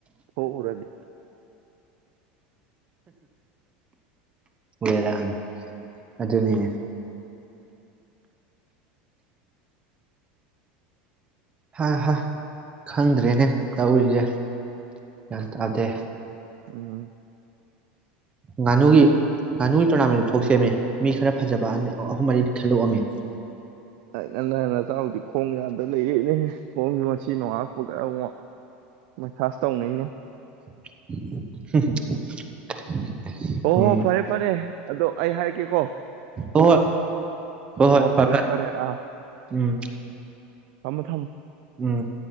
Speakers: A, on the right (about 60°); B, on the right (about 20°).
A: ꯊꯣꯛꯎꯔꯗꯤ
B: ꯕꯦꯔꯅꯤ ꯑꯗꯨꯅꯤꯅꯦ ꯍꯥ ꯍꯥꯥ ꯈꯪꯗ꯭ꯔꯦꯅꯦ ꯇꯧꯔꯤꯁꯦ ꯒ꯭ꯌꯥꯟ ꯇꯥꯗꯦ
A: ꯎꯝ
B: ꯉꯥꯅꯨꯒꯤ ꯉꯥꯅꯨꯒꯤ ꯇꯣꯔꯅꯥꯃꯦꯟꯗꯨ ꯊꯣꯛ ꯁꯦꯝꯃꯤ ꯃꯤ ꯈꯔ ꯐꯖꯕ ꯑ ꯑꯍꯨꯝ ꯃꯔꯤ ꯈꯦꯂꯣꯃꯤ
A: ꯉꯟꯅ ꯅꯇꯥꯎꯗꯤ ꯈꯣꯡ ꯌꯥꯗ ꯂꯩꯔꯛꯏꯅꯦ ꯈꯣꯡꯁꯦ ꯉꯁꯤ ꯅꯣꯡꯉꯜꯛꯄꯒ ꯑꯃꯨꯛ ꯃꯁꯥꯁ ꯇꯧꯅꯩꯅꯦ
B: <unintelligible>
A: ꯑꯣ
B: ꯎꯝ
A: ꯍꯣ ꯐꯔꯦ ꯐꯔꯦ ꯑꯗꯣ ꯑꯩ ꯍꯥꯏꯔꯒꯦꯀꯣ
B: ꯍꯣꯏ ꯍꯣꯏ ꯐ
A: ꯐꯔꯦ
B: ꯐꯥꯏ
A: ꯐꯔꯦ ꯑꯥ
B: ꯎꯝ
A: ꯊꯝꯃꯣ ꯊꯝꯃꯣ
B: ꯎꯝ <unintelligible>